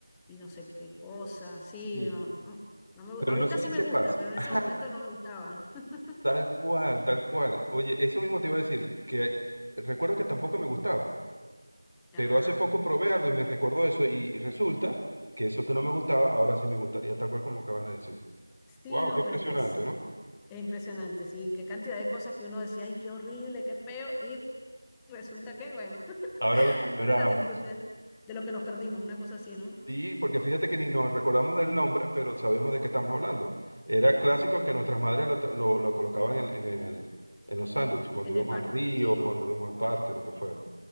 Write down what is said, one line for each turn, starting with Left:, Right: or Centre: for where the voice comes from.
Centre: y no sé qué cosa. Sí,
Right: Sí.
Centre: no, no, no me, gu-
Right: Pero
Centre: ahorita
Right: no sé
Centre: sí
Right: si
Centre: me
Right: te
Centre: gusta,
Right: pasa.
Centre: pero en
Right: <laughs>
Centre: ese momento no me gustaba. <laughs>
Right: Tal cual, tal cual. Oye, eso mismo te iba a decir, que recuerdo que tampoco me gustaba, pero
Centre: Ajá.
Right: hace poco probé algo y me recordó eso y resulta que eso que no me gustaba, ahora sí me gustaría, tal cual como acabas de decir.
Centre: Sí,
Right: Wow,
Centre: no,
Right: qué impresionante,
Centre: pero es que sí.
Right: ¿no?
Centre: Es impresionante, sí. Qué cantidad de cosas que uno decía, ay, qué horrible, qué feo. Y resulta que, bueno.
Right: Ahora lo añoramos.
Centre: Ahora las disfrutas de lo que nos perdimos, una cosa así, ¿no?
Right: Sí, porque fíjate que ni nos recordamos del nombre, pero sabemos de qué estamos hablando. Era clásico que nuestras madres lo, tra- lo- lo colocaban en, en el- en los sándwiches, cuando
Centre: En
Right: íbamos
Centre: el pan.
Right: al río,
Centre: Sí,
Right: cuando íbamos al parque, lo que fuera.